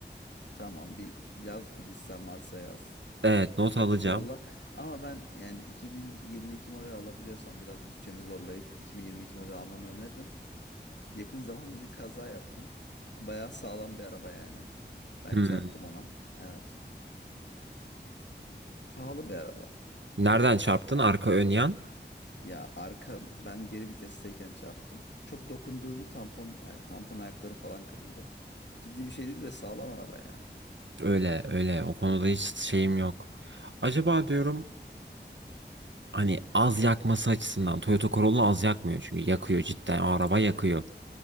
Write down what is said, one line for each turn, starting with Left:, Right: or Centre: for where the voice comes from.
Left: Tamam bir yaz bir listen varsa yaz.
Right: Evet not
Left: Toyota
Right: alacağım.
Left: Corolla. Ama ben yani 2022 model alabiliyorsan biraz bütçeni zorlayıp 2022 model almanı öneririm. Yakın zamanda bir kaza yaptım. <laughs> Bayağı sağlam bir araba yani. Ben
Right: Hmm.
Left: çarptım ona. Evet. Pahalı bir araba
Right: Nereden
Left: biraz.
Right: çarptın? Arka ön yan?
Left: Ya arka ben geri vitesteyken çarptım. Çok dokundurdum tampon ay- tampon ayakları falan kırıldı. Ciddi bir şey değil de sağlam araba yani.
Right: Öyle öyle o konuda hiç şeyim yok. Acaba diyorum hani az yakması açısından Toyota Corolla az yakmıyor çünkü yakıyor cidden o araba yakıyor.